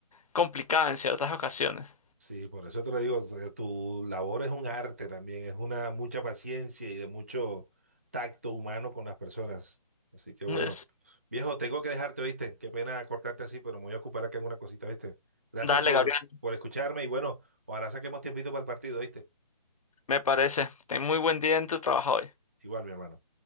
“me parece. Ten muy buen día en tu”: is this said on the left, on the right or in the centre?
Left